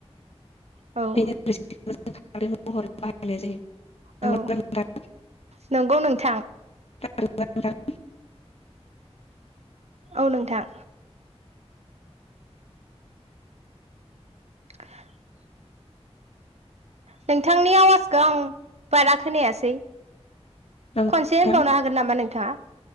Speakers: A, on the right; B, on the left.
A: औ
B: महरै बाहायनाय जायो। नंगौना
A: औ
B: नोंथां
A: नोंगौ नोंथां।
B: <inaudible>
A: औ नोंथां। <unintelligible> नोंथांनि आवाजखौ आं बारा खोनायासै
B: नंगौ
A: खनसे होनबावनो
B: नोंथां
A: हागोन नामा नोंथाङा?